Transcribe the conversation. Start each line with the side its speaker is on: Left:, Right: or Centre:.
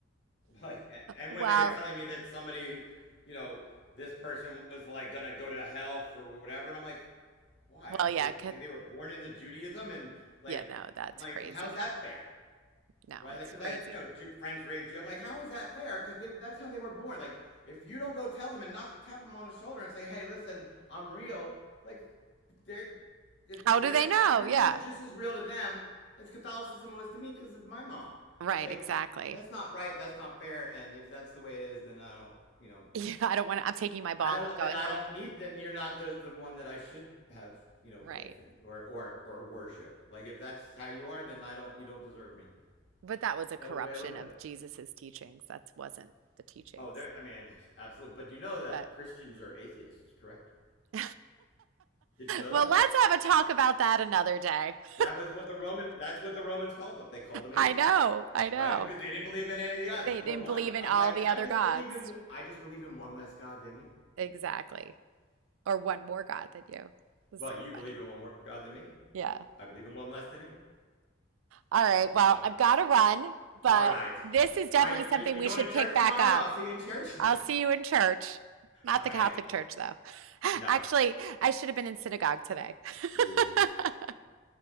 Left: Like, and
Right: well,
Left: when they were telling me that somebody, you know, this person was like gonna go to hell for whatever, and I'm like, why?
Right: well,
Left: Because
Right: yeah,
Left: they pay,
Right: 'cause-
Left: they were born into Judaism, and like,
Right: yeah, no, that's
Left: I'm like,
Right: crazy.
Left: how's that fair?
Right: No,
Left: right?
Right: it's
Left: Like, because
Right: crazy.
Left: I had you know friends raised you. I'm like, how is that fair? Because they that's how they were born. Like, if you don't go tell them and knock tap them on the shoulder and say, hey, listen, I'm real. Like, they're
Right: How
Left: they're
Right: do they know?
Left: Judaism
Right: Yeah.
Left: is just as real to them as Catholicism was to me because of my mom.
Right: Right,
Left: Like,
Right: exactly.
Left: that's not
Right: <laughs>
Left: right. That's not fair. And if that's the way it is, then I don't. You know,
Right: Yeah, I don't want to, I'm taking my ball
Left: I don't.
Right: and I'm going
Left: Then I
Right: home.
Left: don't need. Then you're not the the one that I should have. You know,
Right: Right.
Left: faith in or or or worship. Like, if that's how you are, then I don't. You don't deserve me.
Right: But that was a
Left: That
Right: corruption
Left: was the way I looked at
Right: of
Left: it.
Right: Jesus's teachings. That wasn't the teachings.
Left: Oh, there. I mean, absolutely. But you know that
Right: But
Left: Christians are atheists, correct?
Right: <laughs>
Left: Did you know
Right: well,
Left: that?
Right: let's have a talk about that another day. <laughs>
Left: That was what the Roman. That's what the Romans called them. They called them atheists,
Right: I know, I know.
Left: right? Because they didn't believe in any of the gods
Right: They
Left: but
Right: didn't
Left: one.
Right: believe in
Left: I'm
Right: all
Left: like,
Right: the
Left: I
Right: other
Left: just
Right: gods.
Left: believe in. I just believe in one less god than you.
Right: Exactly. Or one more god than you. It was
Left: Well,
Right: so
Left: you believe
Right: funny.
Left: in one more god than me.
Right: Yeah.
Left: I believe in one less than you.
Right: All right. Well,
Left: But
Right: I've got to run, but
Left: all right,
Right: this is definitely
Left: are you,
Right: something
Left: are you
Right: we
Left: going
Right: should
Left: to church
Right: pick back
Left: tomorrow?
Right: up.
Left: I'll see you in church. <laughs>
Right: I'll see you in church. Not
Left: No. All
Right: the
Left: right.
Right: Catholic Church, though. <laughs> Actually,
Left: No.
Right: I should have been in synagogue today.
Left: Ooh.
Right: <laughs> All